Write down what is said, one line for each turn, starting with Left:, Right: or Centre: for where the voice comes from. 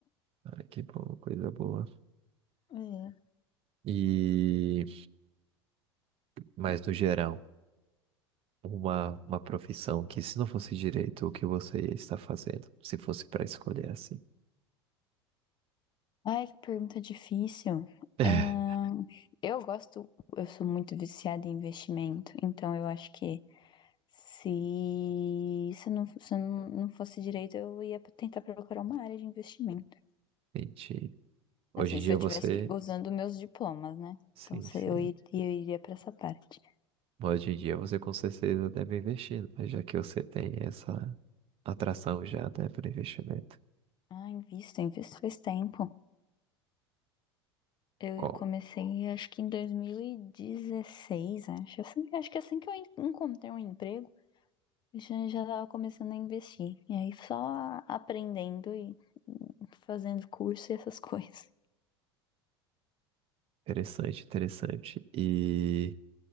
Right: Ah, que bom, coisa boa.
Left: É.
Right: E... Mas no geral. uma, uma profissão que, se não fosse direito, o que você ia estar fazendo? Se fosse para escolher assim.
Left: Ai, que pergunta difícil.
Right: <laughs>
Left: Ahn, eu gosto, eu sou muito viciada em investimento, então eu acho que se, se não, se não não fosse direito, eu ia tentar procurar uma área de investimento.
Right: Entendi. Hoje
Left: Assim,
Right: em
Left: se
Right: dia
Left: eu
Right: você.
Left: tivesse que- usando meus diplomas, né?
Right: Sim,
Left: Então se
Right: sim.
Left: eu iria, eu iria para essa parte.
Right: Hoje em dia você com certeza deve investir, né? Já que você tem essa atração já, né, para investimento.
Left: Ah, invisto, invisto faz tempo. Eu
Right: Qual?
Left: comecei, acho que em 2016, acho. É Assim, acho que é assim que eu en- encontrei um emprego, eu já, já estava começando a investir. E aí só aprendendo e e fazendo curso e essas <laughs> coisas.
Right: Interessante, interessante. E,